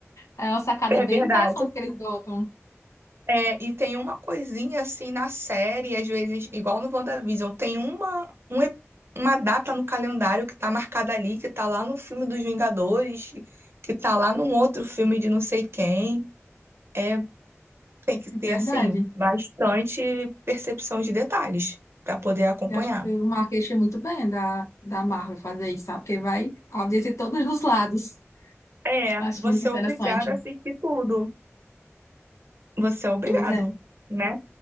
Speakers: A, on the left; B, on the right.
A: É uma sacada
B: é
A: bem
B: verdade.
A: interessante que eles botam.
B: É, e tem uma coisinha assim na série, às vezes, igual no WandaVision, tem uma, um ep- uma data no calendário que tá marcada ali, que tá lá no filme dos Vingadores, que tá lá num outro filme de não sei quem. É, tem que ter,
A: É verdade.
B: assim, bastante percepção de detalhes para poder acompanhar.
A: Eu acho que foi uma queixa muito bem da, da Marvel fazer isso, sabe? Porque vai audiência de todos os lados.
B: É,
A: Acho
B: você
A: muito interessante.
B: é obrigado a assistir tudo. Você é obrigado,
A: Pois é.
B: né?